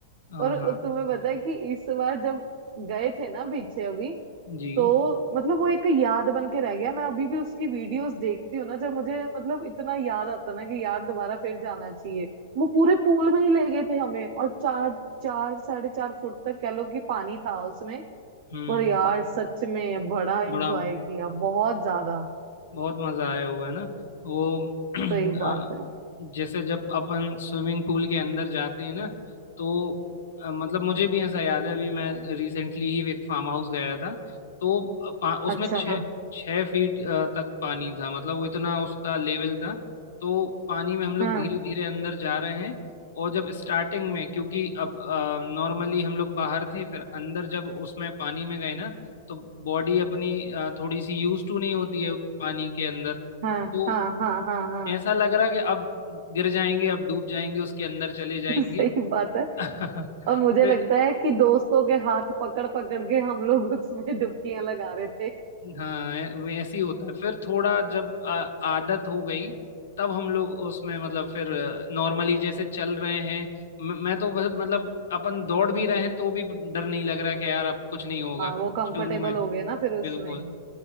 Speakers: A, on the left (about 80°); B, on the right (about 60°).
A: <laughs> हाँ
B: और
A: हाँ
B: तुम्हें पता है कि इस बार जब गए थे ना पीछे अभी
A: जी
B: तो मतलब वो एक याद बन के रह गया मैं अभी भी उसकी वीडियोस देखती हूँ ना जब मुझे मतलब इतना याद आता ना कि यार दोबारा फिर जाना चाहिए वो पूरे पूल में ही ले गए थे हमें और चार चार साढ़े चार फुट तक कह लो कि पानी था उसमें
A: हम्म
B: पर यार सच में बड़ा एंजॉय
A: बड़ा
B: किया बहुत ज्यादा
A: बहुत मजा आया होगा ना वो <clears throat>
B: सही
A: आ,
B: बात है
A: जैसे जब अपन स्विमिंग पूल के अंदर जाते हैं ना तो अ, मतलब मुझे भी ऐसा याद है अभी मैं रिसेंटली ही एक फार्म हाउस गया था तो पा, उसमें
B: अच्छा
A: छः छः फीट अ, तक पानी था मतलब वो इतना उसका लेवल था तो पानी में हम लोग
B: हाँ
A: धीरे धीरे अंदर जा रहे हैं और जब स्टार्टिंग में क्योंकि अब नॉर्मली हम लोग बाहर थे फिर अंदर जब उसमें पानी में गए ना तो बॉडी अपनी अ, थोड़ी सी यूज टू नहीं होती है पानी के अंदर तो
B: हाँ हाँ हाँ हाँ हाँ
A: ऐसा लग रहा कि अब गिर जाएंगे अब डूब जाएंगे उसके अंदर चले जाएंगे
B: <laughs> सही
A: <laughs>
B: बात है
A: फिर
B: और मुझे लगता है कि दोस्तों के हाथ पकड़ पकड़ के हम लोग <laughs> उसमें डुबकियां लगा रहे थे
A: हाँ ऐ- वो ऐसे ही होता है फिर थोड़ा जब आ, आदत हो गई तब हम लोग उसमें मतलब फिर नॉर्मली जैसे चल रहे हैं म- मैं तो बस- मतलब अपन दौड़ भी रहे हैं तो भी डर नहीं लग रहा कि यार अब कुछ नहीं होगा
B: हाँ वो कंफर्टेबल
A: शुरू में
B: हो गए ना फिर उसमें
A: बिल्कुल